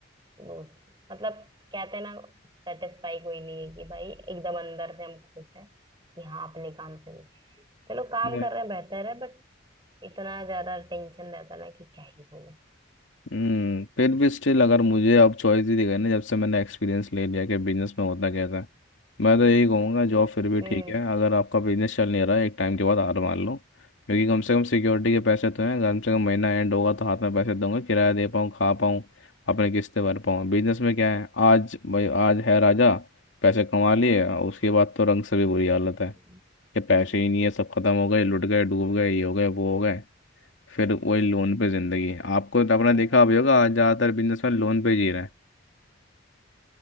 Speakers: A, on the right (about 20°); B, on the left (about 70°).
A: वो- मतलब कहते हैं ना सेटिस्फाई कोई नहीं है कि भाई एकदम अंदर से हम खुश हैं कि हाँ अपने काम से भी चलो काम
B: Yeah.
A: कर रहे हैं बेहतर है बट इतना ज्यादा टेंशन रहता है ना कि क्या ही बोले
B: हम्म फिर भी स्टिल अगर मुझे अब चॉइस ही दी गई ना जब से मैंने एक्सपीरियंस ले लिया कि बिजनेस में होता कैसा है मैं तो यही कहूँगा जॉब फिर भी
A: हम्म
B: ठीक है अगर आपका बिजनेस चल नहीं रहा है एक टाइम के बाद हार मान लो क्योंकि कम से कम सिक्योरिटी के पैसे तो हैं कम से कम महीना एंड होगा तो हाथ में पैसे दूंगा किराया दे पाऊँ खा पाऊँ अपने किस्तें भर पाऊँ बिजनेस में क्या है आज भाई आज है राजा पैसे कमा लिए उसके बाद तो रंग से भी बुरी हालत है
A: हम्म।
B: कि पैसे ही नहीं है सब खत्म हो गए लुट गए डूब गए ये हो गए वो हो गए फिर वही लोन पे जिंदगी आपको तो आपने
A: हाँ।
B: देखा भी होगा आज ज़्यादातर बिजनेस में लोन पे जी रहे हैं